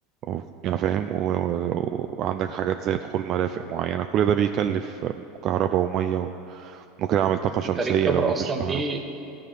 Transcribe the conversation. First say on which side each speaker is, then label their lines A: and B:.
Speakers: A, on the right; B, on the right.
A: و... يعني فاهم و... و... وعندك حاجات زي دخول مرافق معينه كل ده بيكلف كهرباء وميه و... ممكن اعمل طاقه شمسيه
B: انت ليك خبره
A: لو مفيش
B: اصلا
A: كهرباء
B: في